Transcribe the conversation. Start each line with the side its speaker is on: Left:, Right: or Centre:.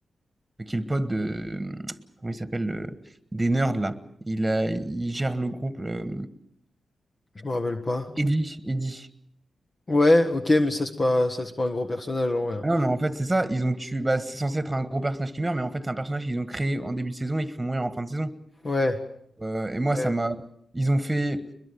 Right: euh, qui est le pote de. euh, comment il s'appelle euh, Des nerds, là. Il, a, il gère le groupe. euh,
Left: Je me rappelle pas.
Right: Eddie. Eddie.
Left: Ouais, ok, mais ça, c'est pas, ça, c'est pas un gros personnage en vrai. hein.
Right: Ah non, mais en fait, c'est ça. Ils ont tué. Bah, c'est censé être un gros personnage qui meurt, mais en fait, c'est un personnage qu'ils ont créé en début de saison et qu'ils font mourir en fin de saison.
Left: Ouais.
Right: Euh, et moi,
Left: Ouais.
Right: ça m'a. Ils ont fait.